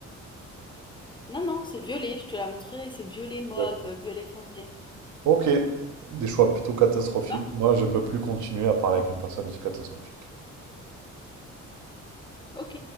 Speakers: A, on the left; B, on the right.
A: Non, non, c'est violet, je te la montrerai, c'est violet mauve,
B: Yep.
A: euh, violet foncé.
B: Ok, des choix plutôt catastrophiques.
A: C'est ça?
B: Moi, je peux plus continuer à parler avec une personne aussi catastrophique.
A: Ok.